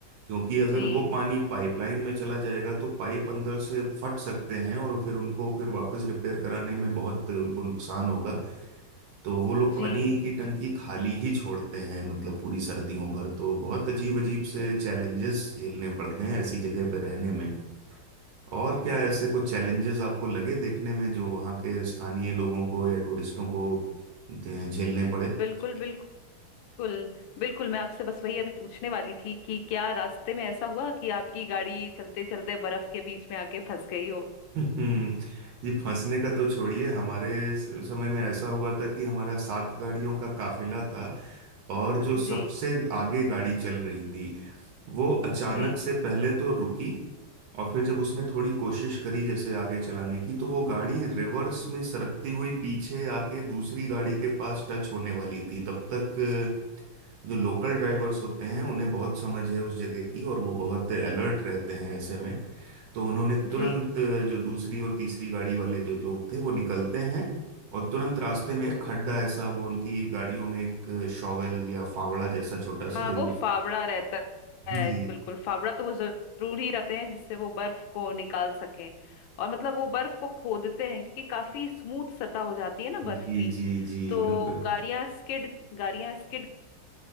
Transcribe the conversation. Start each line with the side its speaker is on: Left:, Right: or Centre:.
Right: क्योंकि अगर
Left: जी
Right: वो पानी पाइपलाइन में चला जाएगा तो पाइप अंदर से फट सकते हैं और फिर उनको फिर वापस रिपेयर कराने में बहुत उनको नुकसान होगा तो वो लोग
Left: जी
Right: पानी की टंकी खाली ही छोड़ते हैं मतलब पूरी सर्दियों भर तो बहुत अजीब अजीब
Left: जी
Right: से चैलेंजेस झेलने पड़ते हैं ऐसी जगह पर रहने में और क्या ऐसे कुछ चैलेंजेस आपको लगे देखने में जो वहाँ के स्थानीय लोगों को या टूरिस्टों को अ, झेलने पड़े
Left: बिल्कुल बिल्कुल बिल्कुल बिल्कुल मैं आपसे बस वही अभी पूछने वाली थी कि क्या रास्ते में ऐसा हुआ कि आपकी गाड़ी चलते चलते बर्फ के बीच में आके फंस गई हो
Right: हम्म, जी फंसने का तो छोड़िए हमारे स- समय में ऐसा हुआ था कि हमारा सात गाड़ियों का काफिला था और जो सबसे
Left: जी
Right: आगे गाड़ी चल रही थी वो अचानक
Left: जी
Right: से पहले तो रुकी और फिर जब उसने थोड़ी कोशिश करी जैसे आगे चलाने की तो वो गाड़ी रिवर्स में सरकती हुई पीछे आके दूसरी गाड़ी के पास टच होने वाली थी तब तक जो लोकल ड्राइवर्स होते हैं उन्हें बहुत समझ है उस जगह की और वो बहुत अलर्ट रहते हैं ऐसे में तो उन्होंने तुरंत
Left: जी
Right: जो दूसरी और तीसरी गाड़ी वाले जो लोग थे वो निकलते हैं और तुरंत रास्ते में एक खड्डा ऐसा वो उनकी गाड़ियों में एक शॉवेल या फावड़ा जैसा छोटा सा
Left: हाँ
Right: जरूर
Left: वो फावड़ा रहता है
Right: जी
Left: बिल्कुल फावड़ा तो वो जरूरी रखते हैं जिससे वो बर्फ को निकाल सकें और मतलब वो बर्फ को खोदते हैं क्योंकि काफी स्मूथ सतह हो जाती है ना बर्फ
Right: जी
Left: की
Right: जी जी
Left: तो
Right: बिल्कुल
Left: गाड़ियां स्किड गाड़ियां स्किड